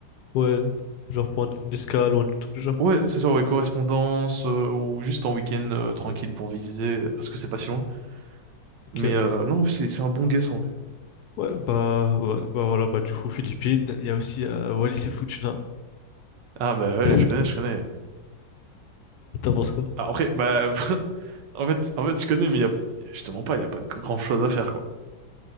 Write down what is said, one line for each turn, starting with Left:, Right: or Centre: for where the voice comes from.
Left: ouais, genre prendre une escale ou un truc du genre.
Right: Ouais, c'est ça, ouais, correspondance, euh, ou juste en week-end euh, tranquille pour visiter, euh, parce que c'est pas si loin.
Left: Ok.
Right: Mais euh, non, ouais, c'est c'est un bon guess en vrai.
Left: Ouais, bah ouais, bah voilà, bah du coup Philippines, il y a aussi euh, Wallis et Futuna.
Right: Ah bah ouais,
Left: <laughs>
Right: je connais, je connais. ouais.
Left: T'en penses quoi?
Right: Ah, après, bah <laughs> en fait, en fait, je connais, mais y a, je te mens pas, il y a pas de grand-chose à faire quoi.